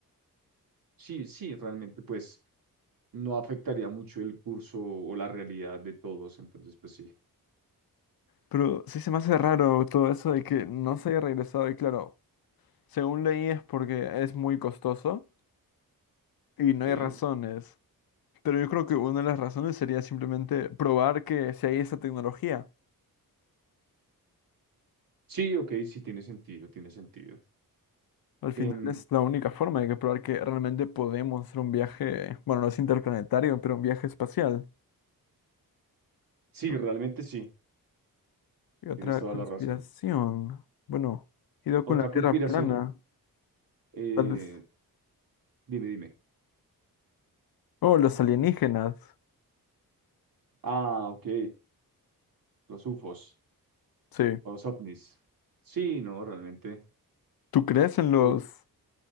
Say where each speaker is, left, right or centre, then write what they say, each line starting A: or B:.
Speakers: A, on the right; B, on the left.
A: Sí, sí, realmente pues no afectaría mucho el curso o la realidad de todos. Entonces, pues sí.
B: Pero sí se me hace raro todo eso de que no se haya regresado. Y claro, según leí es porque es muy costoso y no
A: Sí,
B: hay razones. Pero yo creo que una de las razones sería simplemente probar que si hay esa tecnología.
A: sí, ok, sí tiene sentido, tiene sentido.
B: Al final
A: Em,
B: es la única forma de que probar que realmente podemos hacer un viaje, bueno, no es interplanetario, pero un viaje espacial.
A: sí,
B: ¿no?
A: realmente sí,
B: Y otra
A: tienes toda
B: conspiración.
A: la razón.
B: Bueno, ido
A: Otra
B: con la
A: conspiración,
B: Tierra plana,
A: eh,
B: tal vez.
A: dime, dime.
B: Oh, los alienígenas.
A: Ah, ok, los UFOs,
B: Sí.
A: o los ovnis. Sí, no, realmente.
B: ¿Tú crees en los
A: eh,